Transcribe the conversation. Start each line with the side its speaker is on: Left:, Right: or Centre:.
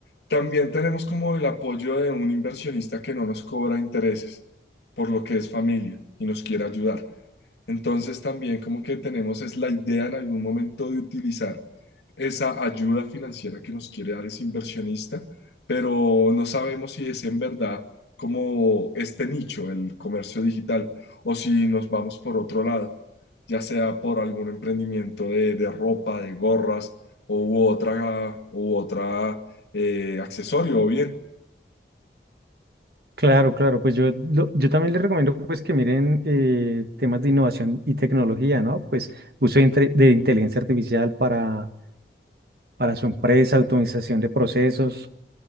Left: también tenemos como el apoyo de un inversionista que no nos cobra intereses, por lo que es familia y nos quiere ayudar. Entonces también como que tenemos es la idea en algún momento de utilizar esa ayuda financiera que nos quiere dar ese inversionista, pero no sabemos si es en verdad como este nicho, el comercio digital, o si nos vamos por otro lado, ya sea por algún emprendimiento de, de ropa, de gorras o u otra, u otra eh, accesorio o bien.
Right: Claro, claro, pues yo, lo- yo también les recomiendo pues que miren eh, temas de innovación y tecnología, ¿no? Pues uso de, inte- de inteligencia artificial para, para su empresa, automatización de procesos